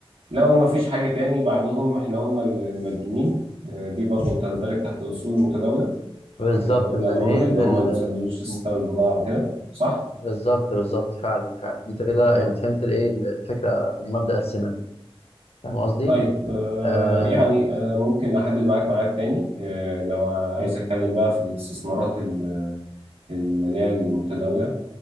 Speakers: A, on the right; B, on the left.
A: لو ما فيش حاجه تاني بعدهم احنا قلنا ال- المدينين آه، دي برضو تندرج تحت الاصول المتداوله
B: بالظبط
A: آه، قلنا
B: مدينين
A: العملاء اللي
B: لل
A: هم اللي ما بيسددوش الستة
B: مم.
A: من البضاعة وكده صح؟
B: بالظبط بالظبط فعلا فعلا انت كده
A: اه
B: يعني فهمت الايه الفكره المبدأ الاساسي منه فاهم قصدي؟
A: طيب آه
B: آه.
A: يعني
B: مم.
A: آه ممكن أحدد معاك ميعاد تاني آه لو عايز
B: مم.
A: أتكلم بقى في الاستثمارات ال- المالية المتداولة